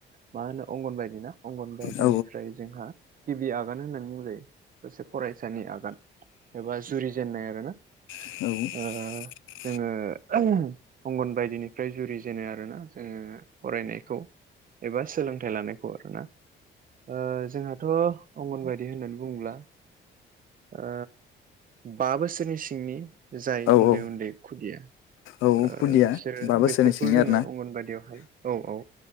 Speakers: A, on the right (about 45°); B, on the left (about 85°).
A: मा होनो अंगन बायदिना अंगन बायदिनिफ्राय
B: औ
A: जोंहा गिबि आगान होननानै बुंजायो सासे फरायसानि आगान। एबा जुरि जेननाय आरोना।
B: औ।
A: ओ जोङो अंगन बायदिनिफ्राय जुरि जेनो आरोना जोङो फरायनायखौ। एबा सोलोंथाइ लानायखौ आरोना ओ जोंहा। ओ अंगनबादि होननानै बुंब्ला ओ बा बोसोरनि सिंनि जाय
B: औ
A: उन्दै
B: औ
A: उन्दै खुदिया।
B: औ
A: ओ
B: खुदिया
A: बिसोरो
B: बा बोसोरनि
A: बेसोरखौ
B: सिंनि
A: जोङो
B: आरोना
A: अंगनबादियावहाय औ औ